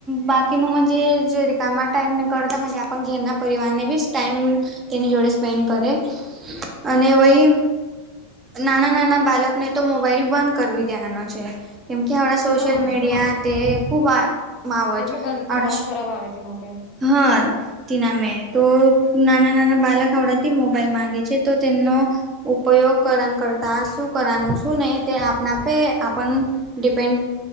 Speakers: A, on the right; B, on the left.
A: બાકીનુંજ જે કામ ટાઈમ નીકળતા આપ જેના પરિવારને વિચ ટાઈમ તેની જોડે સ્પેન્ડ કરે, અને વહી નાના નાના બાલકને તો મોબાઈલ બંધ કરવી દેવાનો છે, કેમકે આપણાં સોશિયલ
B: હા
A: મીડિયા તે ખૂબ આ માવજ
B: કેટલું ગં ખરાબ
A: આપડ
B: ખરાબ આવે તેના પે
A: હા. તના મે તો નાના નાના બાળક આવડાથી મોબાઈલ માંગે છે તો તેમનો ઉપયોગ કરવા કરતા શું કરવાનું શું નહી તે આપણા આપે આપણ ડિપેન્ડ